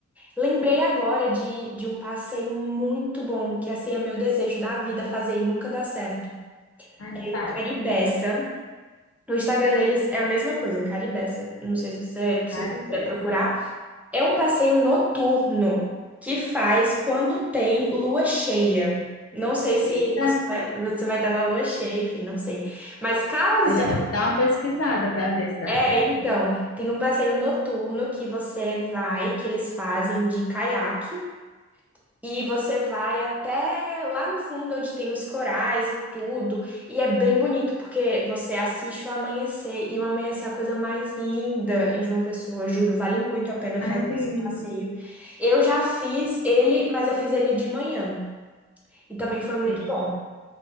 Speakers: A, in the centre; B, on the left.
A: Lembrei agora de, de um passeio muito bom, que assim é meu desejo da vida fazer e nunca dá certo.
B: Ai, me
A: É no
B: fala.
A: Caribeça. No Instagram deles é a mesma coisa, Caribeça. Não sei se você se
B: Cara
A: você
B: dessa.
A: quiser procurar. É um passeio noturno que faz quando tem lua cheia. Não sei se
B: Eita,
A: você vai, você vai estar na lua cheia, enfim, não sei. Mas caso.
B: eu já vou dar uma pesquisada para ver se dá
A: É,
B: certo.
A: então, tem um passeio noturno que você vai, que eles fazem de caiaque. E você vai até lá no fundo, onde tem os corais e tudo. E é bem bonito, porque você assiste o amanhecer. E o amanhecer é a coisa mais linda em João Pessoa, juro. Vale muito a pena fazer
B: Ai, que
A: esse
B: lindo.
A: passeio. Eu já fiz ele, mas eu fiz ele de manhã. E também foi muito
B: Sim.
A: bom.